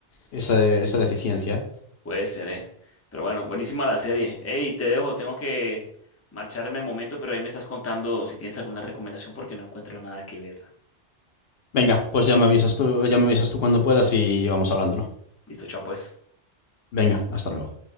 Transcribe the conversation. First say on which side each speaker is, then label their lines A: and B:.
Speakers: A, on the left; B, on the left.
A: esa, esa deficiencia, ¿eh?
B: Puede ser, eh. Pero bueno, buenísima la serie. Hey, te dejo, tengo que marcharme un momento, pero ahí me estás contando si tienes alguna recomendación porque no encuentro nada que ver.
A: Venga, pues ya me avisas tú, ya me avisas tú cuando puedas y vamos hablándolo.
B: Listo, chao pues.
A: Venga, hasta luego.